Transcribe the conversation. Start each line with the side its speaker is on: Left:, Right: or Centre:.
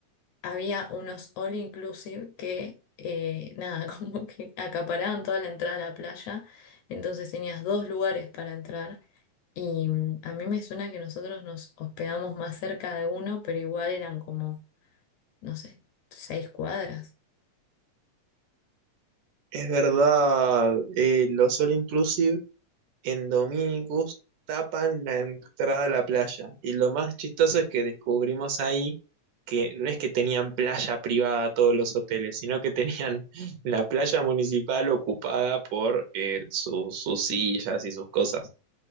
Left: había unos all inclusive que, eh, nada, <laughs> como que acaparaban toda la entrada a la playa, entonces tenías dos lugares para entrar. Y mm, a mí me suena que nosotros nos hospedamos más cerca de uno, pero igual eran como, no sé, seis cuadras.
Right: Es verdad, eh, los All Inclusive en Dominicus tapan la entrada a la playa. Y lo más chistoso es que descubrimos ahí que no es que tenían playa privada todos los hoteles, sino que tenían <laughs> la playa municipal ocupada por eh, sus sus sillas y sus cosas.